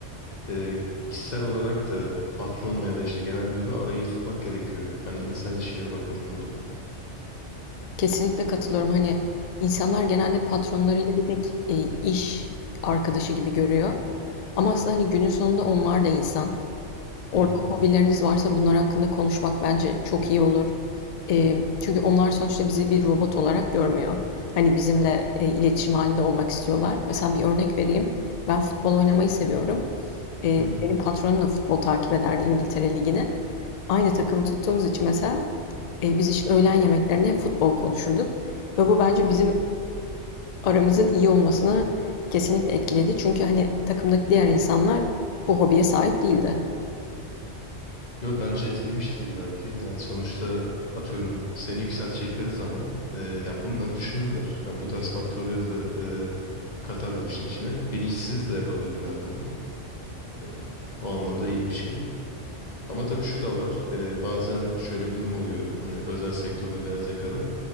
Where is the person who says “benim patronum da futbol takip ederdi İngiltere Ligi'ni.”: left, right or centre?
Left